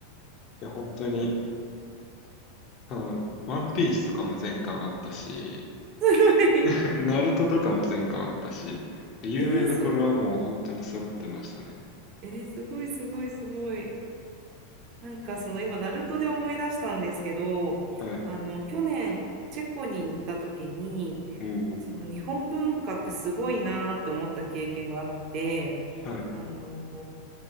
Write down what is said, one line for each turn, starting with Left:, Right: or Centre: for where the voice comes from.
Left: いや、本当に、あの、ワンピースとかも全巻あったし、
Right: すごい。
Left: <laughs> ナルトとかも全巻あったし、
Right: <laughs>
Left: 有名どころはもう本当に揃ってましたね。
Right: えー、すごい。えー、すごい、すごい、すごい。なんかその今、ナルトで思い出したんですけど、
Left: はい。
Right: あの去年、チェコに行った時に、
Left: も
Right: その日本文化ってすごいなーって思った経験があって、
Left: う、はい、
Right: あの、